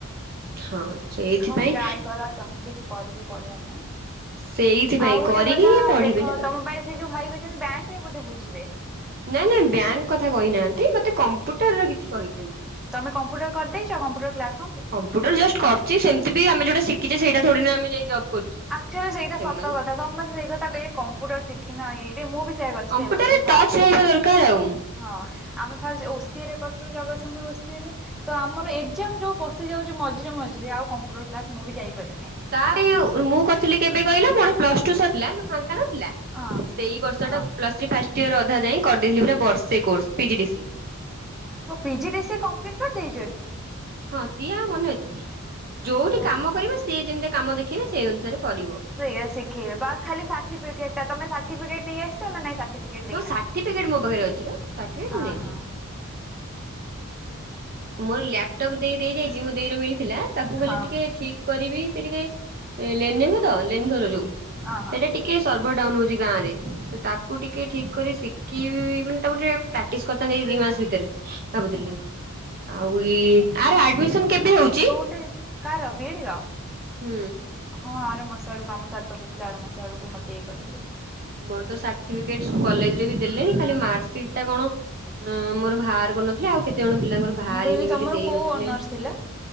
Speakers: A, on the right (about 40°); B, in the centre.
A: ହଁ ସେଇଥିପାଇଁ
B: ଶିଖ ଟ୍ରାଏ କର ତମେ କିଛି କରିକି ପଢିବା ପାଇଁ
A: ସେଇଥିପାଇଁ
B: ଆଉ ଗୋଟେ
A: କରିକି
B: କଥା
A: ହିଁ ପଢିବେ
B: ଦେଖ
A: ନା।
B: ତମ ପାଇଁ ସେ ଯୋଉ ଭାଇ କହିଛନ୍ତି ବ୍ୟାଙ୍କ୍ ରେ ବୋଧେ ବୁଝିବେ।
A: ନାଇଁ ନାଇଁ ବ୍ୟାଙ୍କ କଥା କହିନାହାନ୍ତି ମତେ କମ୍ପ୍ୟୁଟର କିଛି କହିଛନ୍ତି।
B: ତମେମ୍ୁଟ କରିଦେଇଛ କମ୍ପୁଟର କ୍ସ କମ୍ପଟ
A: ଟୋଟା ଜଷ୍ଟ କରିଛି ସେମତି ବିମେ ଯଉଟ ଶିଖିେ ସେଇଟାଥ ଆମ ଯାଇ କରୁଛେ।
B: ଆକ୍ଚୁଆଲି ସେଇଟା
A: ସେମାନେ
B: ସତ କଥା ସମସ୍ତେ ସେଇ କଥା କହିଲେ କମ୍ପ୍ୟୁଟର ଶିଖିିନଁ ଏଇ ମୁଁ ବି ସେଇଆ କରିଥିଲି
A: କମ୍ପ୍ୟୁଟରରେ
B: ହେଲା ମୁଁ ଫାଷ୍ଟ
A: ଟଚ ରହିବା ଦରକାର ଆଉ।
B: ହଁ ଆମେ ଫାଷ୍ଟ ଓସିଏ ରେ କରିଥିଲୁ ଜଗତସିଂହପୁର ଓସିଏରେ ତ ଆମର ଏଜାମ ଯୋଉ ପଶିଯାଉଛି ମଝିରେ ମଝିରେ ଆଉ କମ୍ପ୍ୟୁଟର କ୍ଲାସ୍ ମୁଁ ବି ଯାଇପାରିନିଁ।
A: ତା ମୁଁ କରିଥିଲି କେବେ କହିଲା ପୋର ପ୍ଲସ ଟୁ ସରିଥିଲା ଯୋଉ ଫାଙ୍କା ନଥିଲା।
B: ହଁ
A: ସେଇ ବର୍ଷ
B: ହଁ।
A: ଟା ପ୍ଲସ ଫ ଇୟର ଅଧା ଯାଇ କରିଦେଇଥିଲି ପୁରା ବର୍ଷେ କୋସ ପିଡି ସ
B: ତ ପିଜି ଦେଇ ସେ କମ୍ପ୍ଲିଟ୍ କରିଦେଇଛ କି?
A: ହଁ ସିଏ ଆଉ ମନେ ଅଛି ଯୋଉଠି
B: ହଁ।
A: କାମ କର ସିଏ ଯେମିତି କାମ ଦେଖେଇବେ ସେଇ ଅନୁସାରେ କରିବ।
B: ସେଇ ଶିଖିେ ବସ୍ ଖଲି ସାର୍ଟିଫିକେଟ ତେ ସାର୍ଟିଫିକେଟ ନେଇ ଆସଛ ନା ନାଇଁ। ସର୍ଟିଟିଫିକେଟ୍ ଦନାନ୍ତି
A: ହଁ ସାର୍ଟିଫିକେଟ ମୋ ପାଖରେ ଅଛି ବା ସାର୍ଟିଫିକେଟ
B: ହ
A: ମୁଁ ନେଇଛି।
B: ହଁ।
A: ମୋର ଲାପଟପ୍ ଦେଇ ଦେଇ ଯାଇଛି ମୋ ଦେଇ ର ମିଳିଥିଲା ତାକୁ ଖାଲି
B: ହଁ
A: ଟିକେ ଠିକ କରିବି ସେ ଟିକେ ଲେନ ନେବ ତ ଲେନଘର ଯୋ ସେଟା
B: ହଁ ହଁ
A: ଟିକେ ଟିକେ ସର୍ଭରଡାଉନ ହଉଛି ଗାଁରେ ତାକୁ ଟିକେ ଠିକ କରି ଶିଖିି ମାନେ ତାକୁ ଟିକେ ପ୍ରାକ୍ଟିସ କରିଥାନ୍ତି ଏ ଦି ମାସ ଭିତରେ ଭାବୁଥିଲି। ଆଉଇ ଆ ଆଡମିସନ କେବେ ହଉଛି?
B: ଏେ କାହାର ବିଡିର
A: ହୁଁ।
B: ହଁ ଆର ମଶା ବେଳକୁ କାମ ସାର୍ ତ କହୁଥିଲେ ଆର ମଶା ବେକୁ ମୋତେ ଏଇ କରିବ ଆଉ।
A: ମୋର ତ ସାର୍ଟିଫିକେଟ କଲେଜରେ ବି ଦେଲେଣିି ଖାଲି ମ ଟା କଣ? ଅ ମୋର ବାହାର କରିନଥିଲା ଆଉ କେତେ ଜଣ ପିଲାଙ୍କର ବାହାରିନି
B: ମୁଁ କହିଲି
A: ବୋଲି
B: ତମର
A: ଦେଇ
B: କୋଉ
A: ନଥିଲେ
B: ଅନର୍ସ ଥିଲା